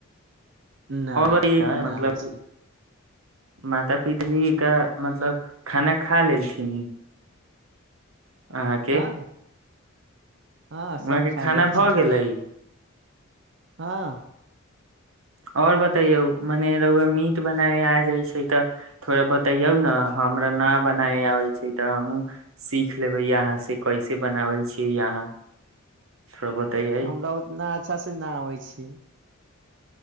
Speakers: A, on the right (about 60°); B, on the right (about 85°).
A: न
B: बतैयौ ने
A: न
B: मतलब
A: आै छै
B: माता पिताजी क मतलब खाना खा लेलथिन अहाँ क
A: हँ हँ
B: वहाँ
A: सब
B: के
A: खा
B: खाना
A: लै छै
B: भऽ गेलै
A: हँ
B: आओर बतैयौ मने रौए मीट बनाय आ जाइ छै तऽ थोड़ा बतैयौ ने हमरा न बनाय आबै छै तऽ हमहूँ सीख लेबै यहाँसँ कैसे बनाबै छियै अहाँ थोड़ा बतैयै
A: हमरा उतना अच्छा से नहि आबै छी